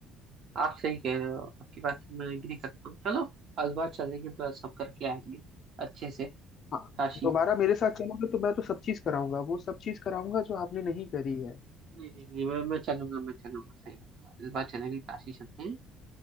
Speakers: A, on the right (about 50°); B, on the left (about 40°).
A: आप सही कह रहे हो आपकी बात से मैं एग्री करता हूँ चलो इस बार चलेंगे तो सब करके आएंगे अच्छे से
B: हाँ,
A: काशी
B: दोबारा मेरे साथ चलोगे तो मैं तो सब चीज कराऊंगा वो सब चीज कराऊंगा जो आपने नहीं करी है
A: नहीं नहीं नहीं मैं मैं चलूंगा मैं चलूंगा सही बता रहा हूँ। इस बार चलेंगे काशी चलते हैं